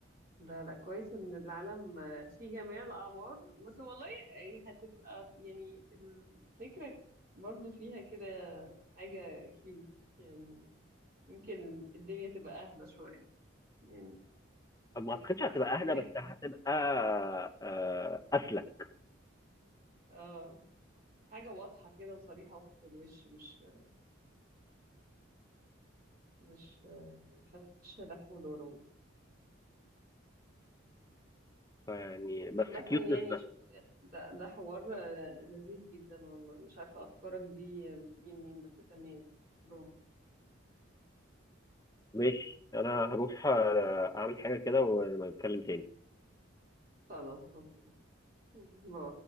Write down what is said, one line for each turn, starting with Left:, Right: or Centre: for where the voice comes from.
Right: لا لا كويس ان العالم آه، في جميع الاعمار بس والله آه، هتبقى يعني الفكره برضو فيها كده حاجه كيوت يعني يمكن الدنيا تبقى اهدى شويه يعني
Left: ما اعتقدش
Right: مش
Left: هتبقى
Right: عارفه الامهات
Left: اهدى بس هتبقى آه، اسلك
Right: اه حاجه واضحه كده وصريحه في الوش مش مش آه، ما فيهاش لف ودوران
Left: يعني بس
Right: عامة
Left: كيوتنس
Right: يعني ش- ده ده حوار آه، لذيذ جدا والله مش عارفة أفكارك دي بتيجي منين بس تمام برافو
Left: ماشي انا هروح آه، اعمل حاجة كده ونتكلم تاني
Right: خلاص أوكي باي